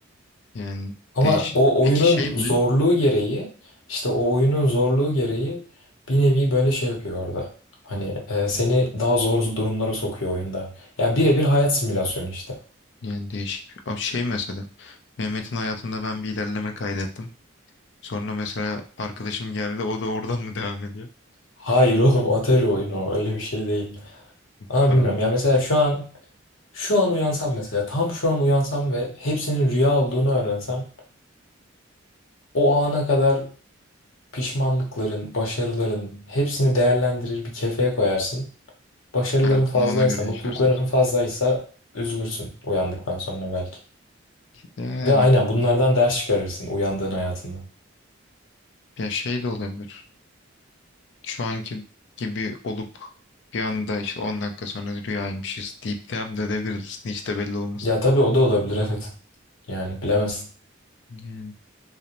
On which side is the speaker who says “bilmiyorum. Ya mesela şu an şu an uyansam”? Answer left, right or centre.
Left